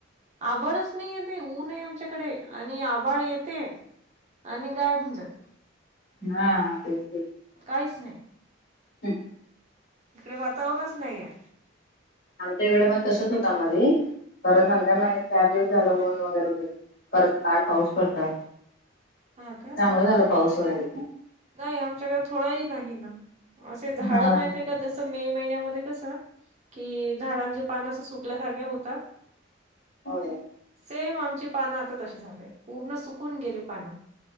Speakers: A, on the right; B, on the left.
A: आभाळच नाही य ते ऊनय आमच्याकडे आणि आभाळ येते. आणि गायब होउन जाते.
B: हा ते ते
A: काहीच नाही.
B: हम्
A: इकडे वातावरणच नाही आहे.
B: आमच्याकडे पण तसच होता मध्ये. परत नंतर नाही चार दिवस झालं ऊन वगैरे होते. परत काल पाऊस पडताय
A: हा का
B: चांगला झाला पाऊस वगैरे.
A: नाही आमच्याकडे थोडंही नाही ना. असे झाड
B: हा.
A: माहिते का जसे, मे महिन्यामध्ये कसं कि झाडांचे पान असं सुकल्यासारखे होतात.
B: होय.
A: सेम आमची पानं आता तशी झालेय पूर्ण सुकून गेली पानं